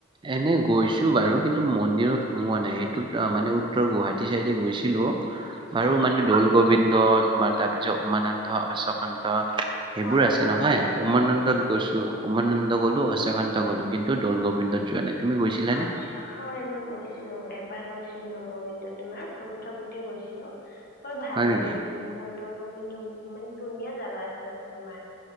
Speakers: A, on the right (about 25°); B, on the left (about 50°).
A: এনে গৈছোঁ বাৰু কিন্তু মন্দিৰ ভিতৰত সোমোৱা নাই সেইটোত মানে উত্তৰ গুৱাহাটী ছাইডে গৈছিলোঁ
B: অ
A: বাৰু
B: আচ্ছা
A: মানে দৌল গোবিন্দ তোমাৰ তাৰপিছত উমানন্দ অশ্বকান্ত। সেইবোৰ
B: হয়
A: আছে
B: হয়
A: নহয়
B: অশ্বকন্ত
A: উমানন্দত
B: আছে অ
A: গৈছো। উমানন্দ গ'লো আশ্বকান্ত গ'লো কিন্তু দৌল গোবিন্দত যোৱা নাই। তুমি গৈছিলানে
B: আচ্ছা হয় মই গৈছিলো এবাৰ গৈছিল তোৰ দৌল গোবিন্দ তোমাৰ সৰু থাকোতে গৈছিলো, বৰ ভাল
A: হয়
B: লাগে
A: নেকি
B: দৌল গোবিন্দ মানে ধুনীয়া জেগা আছে তাতে তোমাৰ